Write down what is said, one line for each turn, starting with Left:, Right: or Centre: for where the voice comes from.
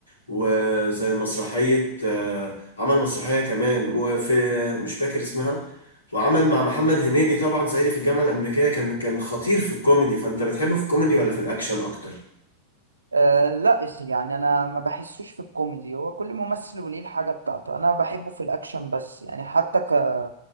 Left: وزي مسرحية آه، عمل مسرحية كمان وفي مش فاكر اسمها وعمل مع محمد هنيدي طبعا صعيدي في الجامعة الأمريكية كان كان خطير في الكوميدي فأنت بتحبه في الكوميدي ولا في الأكشن أكتر؟
Right: أه لا يعني أنا ما بحسوش في الكوميدي هو كل ممثل وليه الحاجة بتاعته أنا بحبه في الأكشن بس يعني حتى ك...